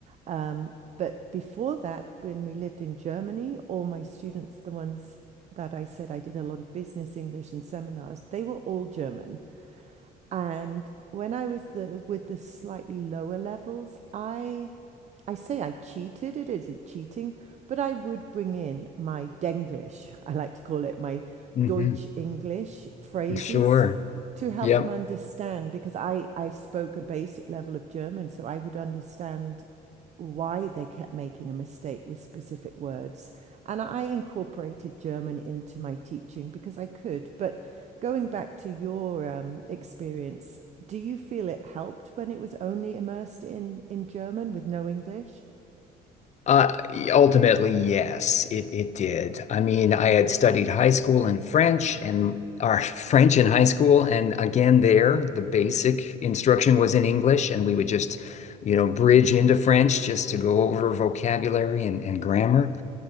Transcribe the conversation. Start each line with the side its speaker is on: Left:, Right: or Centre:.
Right: Um, but before that, when we lived in Germany, all my students, the ones that I said I did a lot of business English and seminars, they were all German. And when I was the with the slightly lower levels, I I say I cheated, it isn't cheating, but I would bring in my Denglish, I like to call it my
Left: hmm
Right: Deutsch English phrases
Left: Sure.
Right: to help
Left: Yep.
Right: them understand because I, I spoke a basic level of German, so I would understand why they kept making a mistake with specific words. And I incorporated German into my teaching because I could. But going back to your um, experience, do you feel it helped when it was only immersed in, in German with no English?
Left: Uh, ultimately, yes, it it did. I mean, I had studied high school in French and our <laughs> French in high school, and again there, the basic instruction was in English, and we would just, you know, bridge into French just to go over vocabulary and, and grammar.